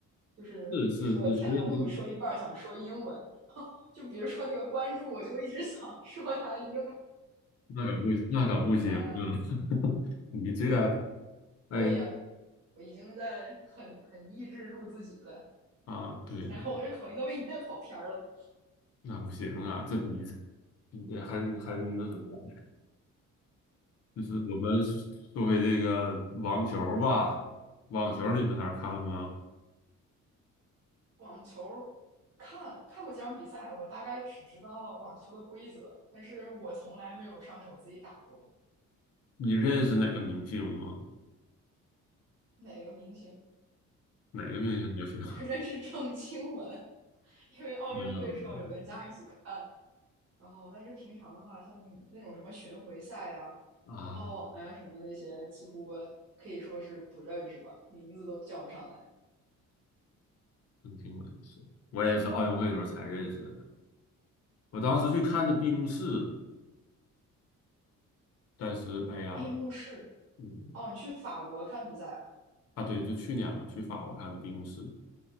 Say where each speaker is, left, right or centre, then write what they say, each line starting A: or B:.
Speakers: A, on the right (about 55°); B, on the left (about 55°).
A: 就是我天呐，
B: 是是是，所以这
A: 我怎么说一半儿想说英文？<laughs> 就比如说那个关注，我就一直想 <laughs> 说他的英文。
B: 那可不那可不行啊！
A: 哎呀，
B: <laughs> 你这个哎
A: 所以啊我已经在很很抑制住自己了。
B: 啊，对了，
A: 然后我这口音都被你带跑偏儿了。
B: 那不行啊，这你这你这很很那什么，就是我们作为这个网球吧，网球你平常看吗？
A: 网球看看过几场比赛，我大概只知道网球的规则，但是我从来没有上手自己打过。
B: 你认识哪个明星吗？
A: 哪个明星？
B: 哪个明星就行。
A: 我认识郑钦文，因为奥运会的时候有跟家人一起看，
B: 没有没有
A: 然后但是平常的话，像那什么那种什么巡回赛呀、
B: 啊，
A: 什么澳网呀、啊什么的那些，几乎可以说是不认识吧，名字都叫不上来。
B: 明星我也是，我也是奥运会的时候才认识的。我当时去看的闭幕式，但是哎呀，
A: 闭幕式
B: 嗯
A: 哦，你去法国看比赛啊？
B: 啊对，就去年嘛，去法国看的闭幕式。